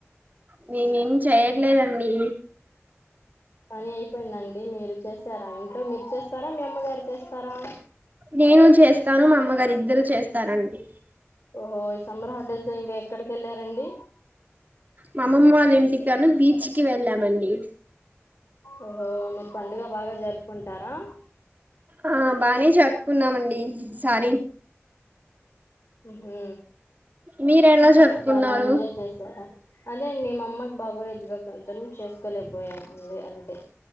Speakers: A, on the right; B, on the left.
A: మేమేమి చేయట్లేదండి.
B: పని అయిపోయిందండి. మీరు చేసారా ఇంట్లో మీరు చేస్తారా, మీ అమ్మగారు చేస్తారా
A: నేను చేస్తాను మా అమ్మగారు ఇద్దరు చేస్తారండి
B: ఓహో. సమ్మర్ హాలిడేస్లో ఇంకా ఎక్కడికి వెళ్ళారండి
A: మామ్మమ్మ వాళ్ళ ఇంటికాను బీచ్కి వెళ్ళామండి
B: ఓహో మీరు పండుగ బాగా జరుపుకుంటారా
A: ఆ బానే జపుకున్నామండి సార
B: హ
A: మీరెలా జరుపుకున్నారు
B: చాలా ఎంజాయ్ చేసారా అదే నే మ అమ్మకి బాగోలేదుగా కొంచెం చేసు క్కలే పోయాము ఉంది అంతే